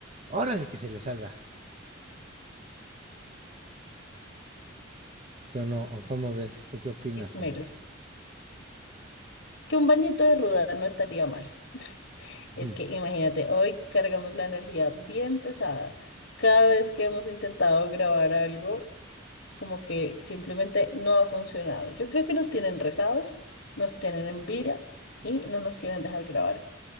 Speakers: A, on the right; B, on the left.
A: Órale que se le salga. ¿Sí o no? ¿O cómo ves? ¿Tú qué opinas,
B: y meros.
A: Ana?
B: Que un bañito de ruda no estaría mal. Es
A: <laughs>
B: que imagínate, hoy cargamos la energía bien pesada. Cada vez que hemos intentado grabar algo, como que simplemente no ha funcionado. Yo creo que nos tienen rezados, nos tienen envidia y no nos quieren dejar grabar.